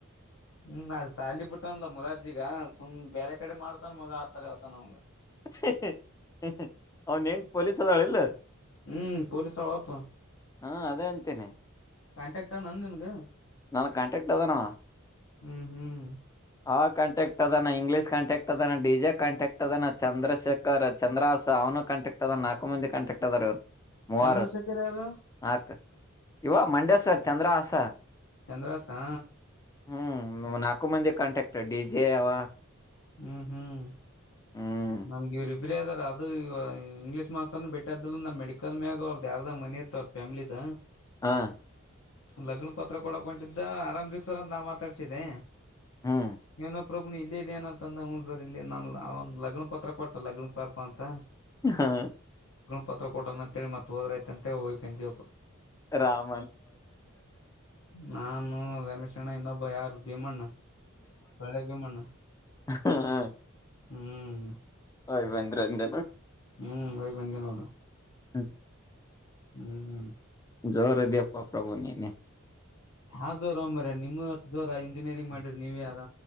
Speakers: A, on the left (about 70°); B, on the left (about 15°).
A: ಹ್ಮ್ ಅದ್ ಸಾಲಿ ಬಿಟ್ಟನ್ಲ ಮುರಾರ್ಜಿಗ ಸುಮ್ ಬೇರೆ ಕಡೆ ಮಾಡ್ತಾನ ಮಗ ಆತರ ಆತಾನಮಗ
B: ಹ್ಮ ಅವ್ನು ಯೆಂಗ್ ಪೋಲೀಸು ಆದ
A: ಹ್ಮ್ ಪೊಲೀಸ್ ಅವಪ್ಪ
B: ಹಾ ಅದೇ ಅಂತೀನೆ
A: ಕಾಂಟ್ಯಾಕ್ಟ್ ನನ್ ನಿನ್ಗ
B: ನನ್ ಕಾಂಟ್ಯಾಕ್ಟ್ ಅದನವಾ
A: ಹ್ಮ್ ಹ್ಮ್
B: ಆ ಕಾಂಟಕ್ಟ್ ಅದಾನ ಇಂಗ್ಲೀಷ್ ಕಾಂಟ್ಯಾಕ್ಟ್ ಅದನ ಡಿಜೆ ಕಾಂಟ್ಯಾಕ್ಟ್ ಅದನ ಚಂದ್ರಶೇಖರ್ ಚಂದ್ರಹಾಸ ಅವನು ಕಾಂಟ್ಯಾಕ್ಟ್ ಅದ ನಾಲ್ಕು ಮಂದ ಕಾಂಟ್ಯಾಕ್ಟ್ ಅದಾರ ಇವರು ಮೂವಾರ
A: ಚಂದ್ರಶೇಖರ್ ಯಾರು
B: ಹಾಕ್ ಇವ ಮಂಡ್ಯ ಸರ್ ಚಂದ್ರ ಹಸ
A: ಚಂದ್ರವಾಾಸಾ
B: ಹ್ಮ್ ನಾಲ್ಕು ಮಂದಿ ಕಾಂಟ್ಯಾಕ್ಟ್ ಡಿ ಜೆ ಅವ
A: ಹ್ಮ್ ಹ್ಮ್
B: ಹ್ಮ್
A: ನಮ್ಗ ಇವ್ರ ಇಬ್ರೇ ಅದಾರ ಅದು ಇಂಗ್ಲೀಷ್ ಮಾಸ್ಟರ್ನ ಬಿಟ್ಟದ್ದಲ್ಲ ನಮ್ಮ್ ಮೆಡಿಕಲ್ ಮ್ಯಾಗ ಅವ್ರ್ದ ಯಾರದ ಮನಿ ಇತ್ ಅವ್ರ ಫ್ಯಾಮಿಲಿದ
B: ಹಾ
A: ಲಗ್ನ ಪತ್ರ ಕೊಡಕ್ ಹೊಟಿದ್ದ ಅರಾಮೀ್ರ್ ಅಂತ ನಾ ಮಾತಾಡ್ಸಿದ್ದೆ
B: ಹ್ಮ್
A: ಏನೋ ಪ್ರಭು ಇಲ್ಲ ಇದ ಏನಂತಂದ ಹ ಸರ್ ಇಲ್ಲಿ ನನ್ ಅವ ಲಗ್ನ ಪತ್ರ ಕೊಟ್ಟ ಲಗ್ನ ಪಾರ್ಪ ಅಂತ
B: ಹಾ
A: ಪತ್ರ ಕೊಡಣ ಅಂತೇಳಿ ಮತ್ತ ಹೋದ್ರಾಯ್ತ ಅಂತ ಹೇಳ ಹೋಗ್ ಬಂದಿವವಪ್ಪ
B: ರಾಮ್
A: ನಾನು ರಮೇಶ್ ಅಣ್ಣ ಇನ್ನೊಬ್ಬ ಭಯಾರ ಬೇಮಣ್ಣ ಸಳ್ಳ ಬ ಮಾಡ್ಣ
B: ಹಾ ಹಾ
A: ಹ್ಮ್
B: ಹಯ್ ಬಂದ್ರಂದನು
A: ಹ್ಮ್ ಯ್ ಬಂದ ನೋಣ <unintelligible>
B: ಹಾಗ <unintelligible>
A: ಹ್ಮ್ ಹ್ಮ
B: ಜರದ ಅಪ್ಪಾ ಪ್ರಭು ನೀನೆ
A: ಹಾ ಜೋರ ಮ್ರ ನಿಮ್ ಜೋರ ಇಂಜಿನಿಯರಿಂಗ್ ಮಾಡಿ್ರಿ ನೀವ ಯಾರ